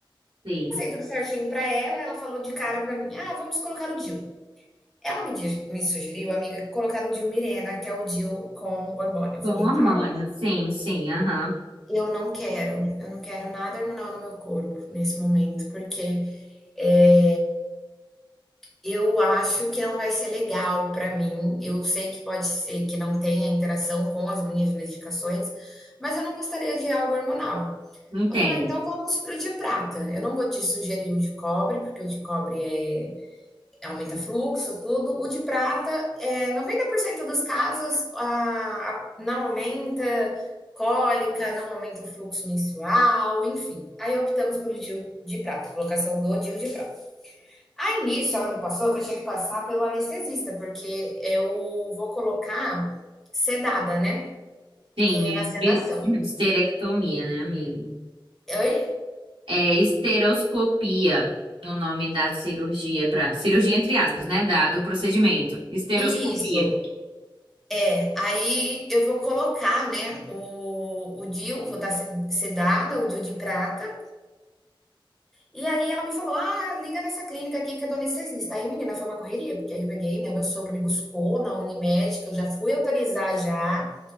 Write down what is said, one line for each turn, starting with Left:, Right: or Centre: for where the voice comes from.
Right: sim.
Centre: tudo certinho pra ela, ela falou de cara pra mim: ah, vamos colocar o DIU. Ela me, me sugeriu, amiga, colocar o DIU Mirena, que é o DIU com hormônio. Eu
Right: Com
Centre: falei,
Right: hormônio,
Centre: Cláudia,
Right: sim, sim, aham.
Centre: eu não quero, eu não quero nada hormonal no meu corpo nesse momento, porque é, eu acho que não vai ser legal pra mim. Eu sei que pode ser que não tenha interação com as minhas medicações, mas eu não gostaria de algo hormonal.
Right: Entendo.
Centre: Ela falou: ah, então vamos pro de prata. Eu não vou te sugerir o de cobre, porque o de cobre é aumenta fluxo, tudo. O de prata, é, 90% dos casos a, a, não aumenta cólica, não aumenta o fluxo menstrual, enfim. Aí optamos pelo DIU de prata, colocação do DIU de prata. Aí nisso ela me passou que eu tinha que passar pelo anestesista, porque eu vou colocar sedada, né?
Right: Sim,
Centre: É, na sedação.
Right: é pri- <clears throat> histerectomia, né, amiga?
Centre: Oi?
Right: É esteroscopia, o nome da cirurgia para cirurgia entre aspas, né, da, do procedimento. Esteroscopia.
Centre: Isso, é. Aí eu vou colocar, né, o, o DIU, vou estar sedada, o DIU de prata, E aí ela me falou: ah, liga nessa clínica aqui que é do anestesista. Aí, menina, foi uma correria, porque aí eu peguei, né? Meu sogro me buscou na Unimed, que eu já fui autorizar já